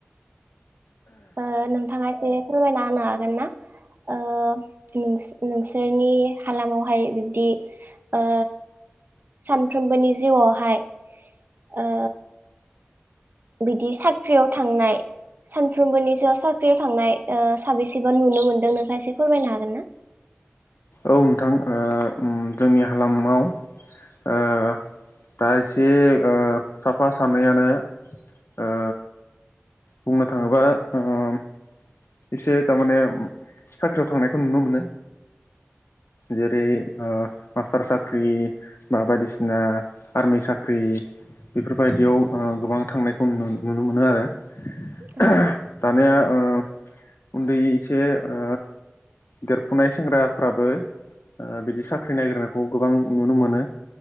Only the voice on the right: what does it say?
ओ नोंथाङा एसे फोरमायना होनो हागोन ना? ओ नों-नोंसोरनि हालामावहाय बिब्दि ओ सानफ्रोमबोनि जिउआवहाय ओ बिदि साख्रियाव थांनाय सानफ्रोमबोनि सो साख्रियाव थांनाय ओ साबेसेबा नुनो मोनदों नोंथाङा एसे फोरमायनो हागोन ना?
औ